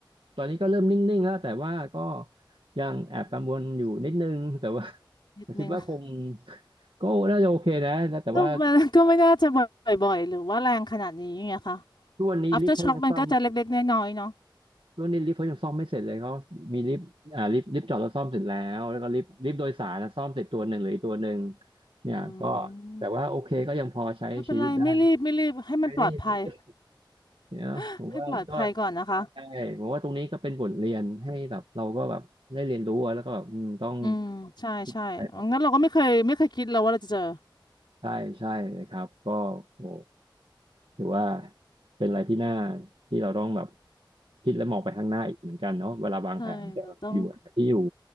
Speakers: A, on the right; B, on the left.
A: ตอนนี้ก็เริ่มนิ่งๆแล้วแต่ว่าก็ยังแอบกังวลอยู่นิดนึงแต่ว่า
B: นิดนึง
A: <laughs> คิดว่าคง
B: <laughs>
A: ก็น่าจะโอเคนะแต่ว่า
B: ก็มันก็ไม่น่าจะบ่อยๆหรือว่าแรงขนาดนี้ไงคะ
A: ทุกวันนี้ลิฟต์เขายังซ่อม
B: after shock มันก็จะเล็กๆน้อยๆเนาะ
A: ช่วนนี้ลิฟต์เขายังซ่อมไม่เสร็จเลยเขามีลิฟต์อ่าลิฟต์ลิฟต์จอดแล้วซ่อมเสร็จแล้วแล้วก็ลิฟต์ลิฟต์โดยสารนะซ่อมเสร็จตัวหนึ่งเหลืออีกตัวหนึ่งเนี่ยก็
B: อื
A: แต่ว่าโอเคก็ยังพอใช้ชีวิตได้
B: มไม่เป็นไรไม่รีบไม่รีบให้มันปลอดภัย
A: ไม่ได้ไม่ได้เนี่ผมว่าก็
B: <gasps> <laughs> ให้ปลอดภัยก่อนนะคะ
A: ใช่ผมว่าตรงนี้ก็เป็นบทเรียนให้แบบเราก็แบบได้เรียนรู้อะแล้วก็แบบอืมต้อง
B: อืมใช่ใช่
A: ใช
B: งั้นเราก็ไม่เคยไม่เคยคิดเลยวว่าเราจะเจอ
A: ่ใช่เลยครับก็โอ้ถือว่าเป็นอะไรที่น่าที่เราต้องแบบคิดและมองไปข้างหน้าอีกเหมือนกันเนาะเวลาวางแผนจะอยู่ที่อยู่
B: ใช่เราต้อง